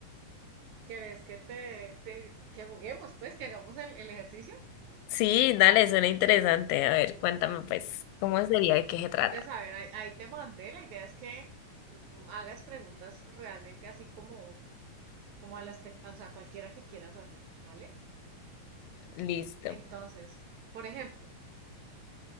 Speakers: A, on the right; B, on the left.
A: querés que te, te- que juguemos, pues, que hagamos el, el ejercicio?
B: Sí, dale, suena interesante. A ver, cuéntame pues, ¿cómo
A: Bueno,
B: sería? ¿De qué se trata?
A: entonces, a ver, ahí, ahí te mandé. La idea es que mm, hagas preguntas realmente así como como a las, pe- o sea, cualquiera que quieras hacer, ¿vale?
B: Listo.
A: Entonces, por ejemplo,